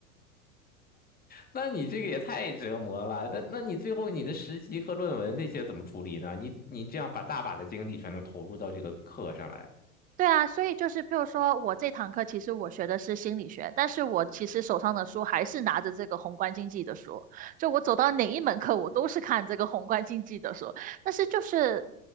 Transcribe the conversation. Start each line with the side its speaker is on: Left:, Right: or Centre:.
Left: 那你这个也太折磨了。那那你最后你的实习和论文这些怎么处理呢？你你这样把大把的精力全都投入到这个课上来，
Right: 对啊，所以就是，譬如说我这堂课其实我学的是心理学，但是我其实手上的书还是拿着这个宏观经济的书，就我走到哪一门课，我都是看这个宏观经济的书。但是就是